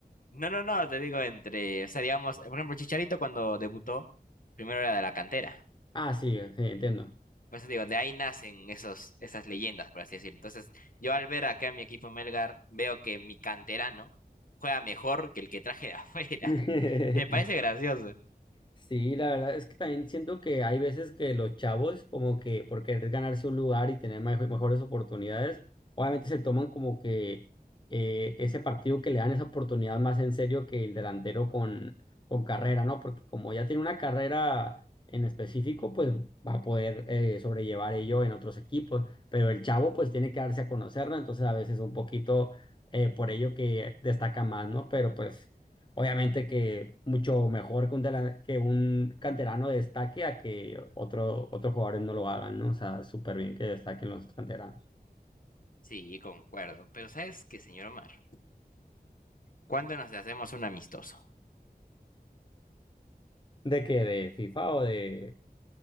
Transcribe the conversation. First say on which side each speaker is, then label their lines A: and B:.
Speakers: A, on the left; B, on the left.
A: No, no, no, te digo entre, o sea, digamos, por ejemplo, Chicharito cuando debutó, primero era de la cantera.
B: Ah, sí, sí, entiendo.
A: Por eso digo, de ahí nacen esos, esas leyendas, por así decirlo. Entonces, yo al ver acá a mi equipo Melgar, veo que mi canterano juega mejor que el que traje de afuera.
B: <laughs>
A: <laughs> Me parece gracioso.
B: Sí, la verdad es que también siento que hay veces que los chavos, como que por querer ganarse un lugar y tener mejo- mejores oportunidades, obviamente se toman como que eh, ese partido que le dan esa oportunidad más en serio que el delantero con, con carrera, ¿no? Porque como ya tiene una carrera en específico, pues va a poder eh, sobrellevar ello en otros equipos, pero el chavo pues tiene que darse a conocerlo, entonces a veces un poquito eh, por ello que destaca más, ¿no? Pero pues... Obviamente que mucho mejor que un, dela- que un canterano destaque a que otro, otros jugadores no lo hagan, ¿no? O sea, súper bien que destaquen los canteranos.
A: Sí, concuerdo. Pero ¿sabes qué, señor Omar? ¿Cuándo nos hacemos un amistoso?
B: ¿De qué? ¿De FIFA o de